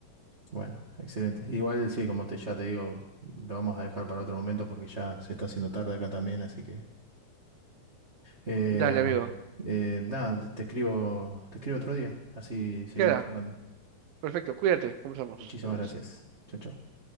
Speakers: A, on the right; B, on the right.
A: Bueno, excelente. Igual sí, como te, ya te digo, lo vamos a dejar para otro momento porque ya se está haciendo tarde acá también, así que eh,
B: Dale, amigo.
A: eh, nada, te te escribo, te escribo otro día, así seguimos
B: Queda.
A: charlando.
B: Perfecto. Cuídate. Conversamos.
A: Muchísimas
B: Adiós.
A: gracias. Chao, chao.